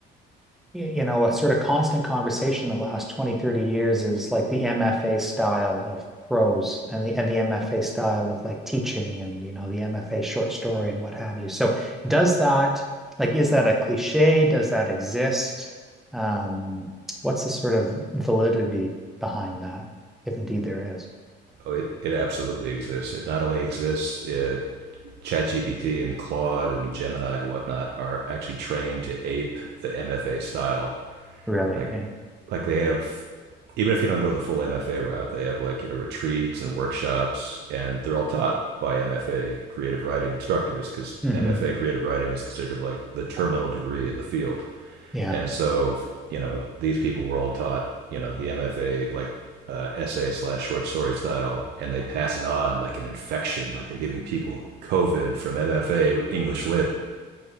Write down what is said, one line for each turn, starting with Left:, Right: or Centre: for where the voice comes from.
Centre: y- you know, a sort of constant conversation the last 20, 30 years is like the MFA style of prose and the and the MFA style of like teaching and you know, the MFA short story and what have you. So does that like is that a cliche? Does that exist? Um, what's the sort of validity behind that, if indeed there is?
Right: Oh, it, it absolutely exists. It not only exists, it, ChatGPT and Claude and Gemini and whatnot are actually trained to ape the MFA style
Centre: Really?
Right: like
Centre: eh?
Right: like they have even if you don't go the full MFA route, they have like you know retreats and workshops, and they're all taught by MFA creative writing instructors because
Centre: hmm
Right: MFA creative writing is considered like the terminal degree in the field,
Centre: Yeah.
Right: and so you know these people were all taught you know the MFA like uh, essay slash short story style, and they pass it on like an infection, like they're giving people COVID from MFA English Lit.